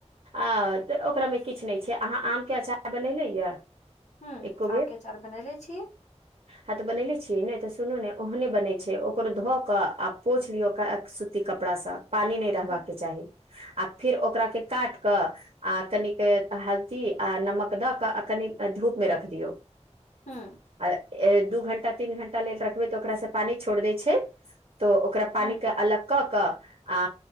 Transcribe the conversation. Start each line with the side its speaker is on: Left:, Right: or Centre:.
Right: आ तऽ ओकरामे किछु नहि छै अहाँ आमके अचार बननेे यए।
Left: हूं,
Right: एको
Left: आम के अचार बनले छी।
Right: ह तऽ बनेेले छियै ने, तऽ सुनू ने ओहने बनेै छै ओकरो धो कऽ आ पोछि लियो। सूती कपड़ासँ पानी नहि रहबाक
Left: ठीक
Right: के चाही, आ फिर ओकरा के काट कऽ। आ कनिक हल्दी आ नमक दऽ कऽ, आ कनि धूप में रख दियौ।
Left: हँ।
Right: आ दू घंटा-तीन घंटा लेल रखबे तऽ ओकरा से पानी छोड़ दय छै तो। ओकरा पानी
Left: ह ह
Right: के अलग। कऽ कऽ आ